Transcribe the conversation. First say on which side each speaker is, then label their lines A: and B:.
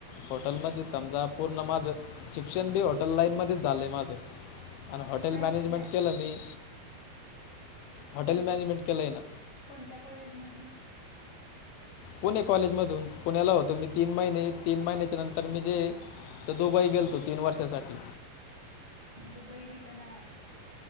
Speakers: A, on the left; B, on the left.
A: हॉटेलमध्ये समजा पूर्ण माझं शिक्षण बी हॉटेल लाईनमध्येध्येच झालंय माझं. आणि हॉटेल
B: काय
A: मॅनेजमेंट
B: शिकलाय
A: केलं मी. हॉटेल
B: हा
A: मॅनेजमें केलं ना.
B: कोणत्या कॉलेजमधून?
A: पुणे कॉलेज मधून पुण्याला होतो मी तीन महिने तीन महिन्याच्या नंतर मी जे. तर दुबई गेलतो तीन वर्षासाठी.
B: दुबई रिटर्न आहात.